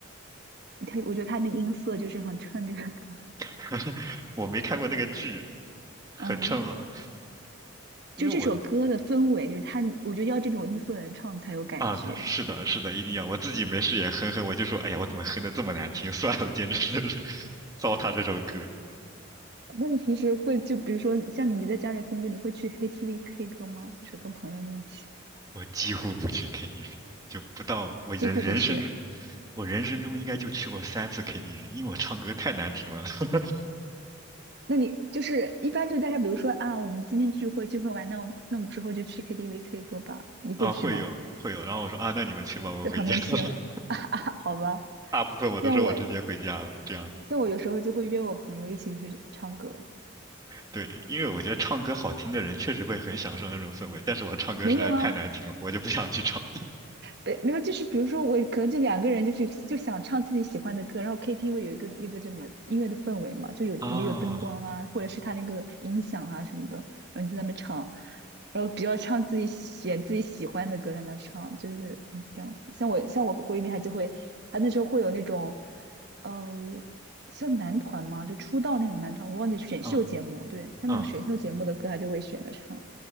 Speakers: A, on the right (about 50°); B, on the right (about 15°).
A: 他我觉得他那音色就是很衬这个歌
B: <laughs> 我没看过那个剧，很衬吗？
A: <laughs>，嗯，
B: 因为我
A: 就这首歌的氛围，就是他，我觉得要这种音色的人唱才有感觉。
B: 啊，对，是的，是的，一定要。我自己没事也哼哼，我就说，哎呀，我怎么哼的这么难听？<laughs> 算了，简直是 <laughs> 糟蹋这首歌。
A: 那你平时会就比如说像你在家里哼歌，你会去 KTV K 歌吗？就是跟朋友们一起，
B: 我几乎不去 KTV，就不到我人人生中，
A: 几乎不去。
B: 我人生中应该就去过三次 KTV，因为我唱歌太难听了。<laughs>
A: 那你就是一般就是大家比如说啊，我们今天聚会聚会完，那我那我们之后就去 KTV K 歌吧，你会去吗？
B: 啊，会有会有，然后我说啊，那你们去吧，我回家了。
A: 在旁边听，
B: <laughs>
A: <laughs> 好吧。
B: 大部分我都说我直接回家了，
A: 像我
B: 这样子。
A: 像我有时候就会约我朋友一起去唱歌。
B: 对，因为我觉得唱歌好听的人确实会很享受那种氛围，但是我唱歌实在太难听了，
A: 没有啊，
B: 我就不想去唱。
A: 对，没有，就是比如说我可能就两个人，就是就想唱自己喜欢的歌，然后 KTV 有一个那个叫什么音乐的氛围嘛，就有也有灯光啊，
B: <laughs> 啊，
A: 或者是他那个音响啊什么的，然后你就在那边唱，然后比较唱自己选自己喜欢的歌在那唱，就是嗯这样子。像我像我闺蜜，她就会，她那时候会有那种，呃，像男团嘛，就出道那种男团，我忘记选秀节目，
B: 嗯
A: 对，他那种选秀节目的歌，
B: 嗯。
A: 她就会选着唱。